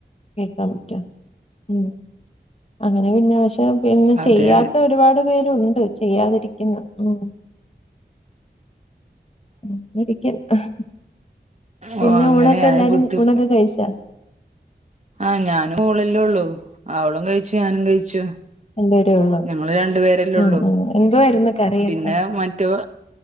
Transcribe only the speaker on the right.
അതെ
ഓഹ് അങ്ങനെയായ
ബുദ്ധി
ആഹ് ഞാനും മോളല്ലേ ഉള്ളു അവളും കഴിച്ചു ഞാനും കഴിച്ചു
ഞങ്ങള് രണ്ടുപേരല്ലേ
ഉള്ളൂ
പിന്നെ മറ്റോ